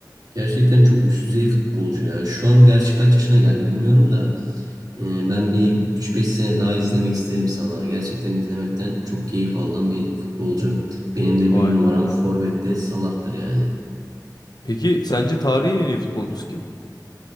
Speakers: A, on the right; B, on the left.
A: Gerçekten çok üst düzey futbolcu ya. Şu an gerçi kaç yaşına geldi bilmiyorum da e, ben bir üç beş sene daha izlemek isterim Salah'ı. Gerçekten izlemekten çok keyif alan bir futbolcu. Benim de
B: Aynen
A: bir numaram
B: öyle.
A: forvette Salah'tır yani.
B: Peki sence tarihin en iyi futbolcusu kim?